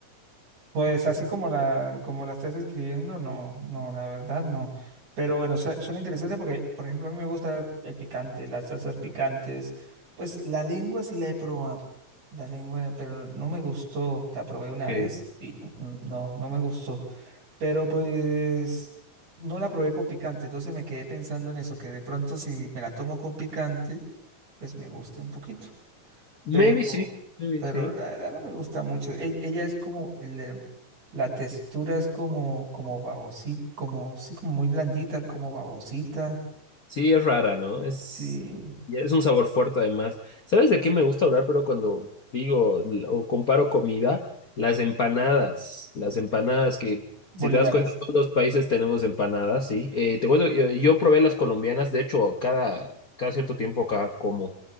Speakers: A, on the right; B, on the left.
A: Pues así como la, como la estás escribiendo, no, no, la verdad no. Pero bueno, su- suena interesante porque, por ejemplo, a mí me gusta el picante, las salsas picantes. Pues la lengua sí la he probado. La lengua, pero no me gustó. La probé una
B: Ok.
A: vez y mm, mm, no, no me gustó. Pero pues no la probé con picante. Entonces me quedé pensando en eso, que de pronto si me la tomo con picante, pues me guste un poquito
B: Maybe
A: pero,
B: sí, maybe
A: pero
B: sí.
A: la verdad no me gusta mucho. E- Ella es como, el- la textura es como, como babosita, como, sí, como muy blandita, como babosita,
B: Sí, es rara, ¿no? Es,
A: sí,
B: y es un sabor fuerte además. ¿Sabes de qué me gusta hablar? Pero cuando digo l- o comparo comida, las empanadas, las empanadas que,
A: bolivianas.
B: si te das cuenta, todos los países tenemos empanadas, ¿sí? Eh, te cuento, yo, yo probé las colombianas, de hecho, cada, cada cierto tiempo acá como